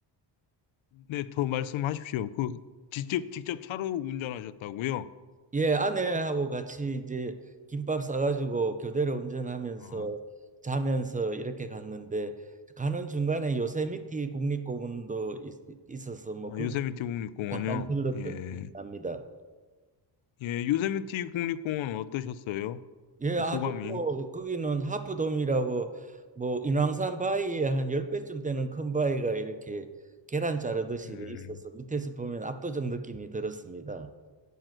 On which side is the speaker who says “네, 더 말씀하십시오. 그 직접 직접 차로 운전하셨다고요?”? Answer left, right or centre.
Left